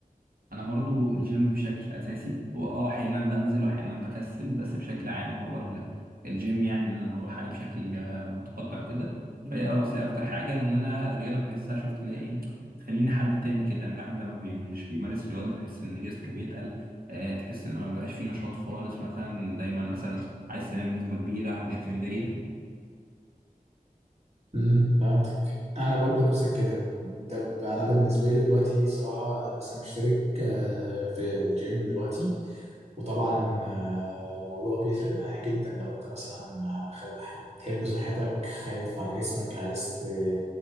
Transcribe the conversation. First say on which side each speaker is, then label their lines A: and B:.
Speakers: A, on the right; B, on the right.
A: انا برضو الجيم بشكل اساسي هو اه احيانا بنزل واحيانا بكسل بس بشكل عام هو ال- الجيم يعني اللي انا بروح عليه بشكل آه، متقطع كده فهي اه بس هي اكتر حاجه لان انا الرياضه بحسها شفت اللي هي ايه تخليني حد تاني كده ان الواحد لما بي مش بيمارس رياضه بحس ان جسمه بيتقل آه، تحس ان ما بقاش فيه نشاط خالص مثلا دايما مثلا عايز تنام بنسبه كبيره وحاجات من دي
B: امم فهمتك انا برضو نفس الكلام طب انا بالنسبه لي دلوقتي صراحه لسه مشترك آه، في الجيم دلوقتي وطبعا آه، الموضوع بيفرق معايا جدا لو انت مثلا آه، خ- بتحب صحتك خايف على جسمك عايز ت-